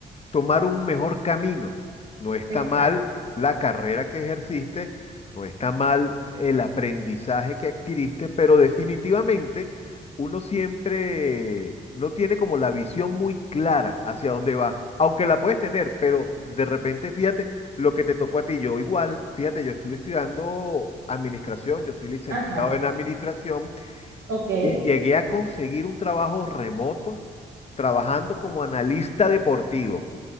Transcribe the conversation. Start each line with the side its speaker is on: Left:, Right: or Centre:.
Left: tomar un mejor camino. No está
Right: Exacto.
Left: mal la carrera que ejerciste, no está mal el aprendizaje que adquiriste, pero definitivamente uno siempre no tiene como la visión muy clara hacia dónde vas. Aunque la puedes tener, pero de repente fíjate lo que te tocó a ti. Yo igual, fíjate, yo estuve estudiando administración, yo soy licenciado
Right: Ajá.
Left: en administración
Right: Ok.
Left: y llegué a conseguir un trabajo remoto trabajando como analista deportivo.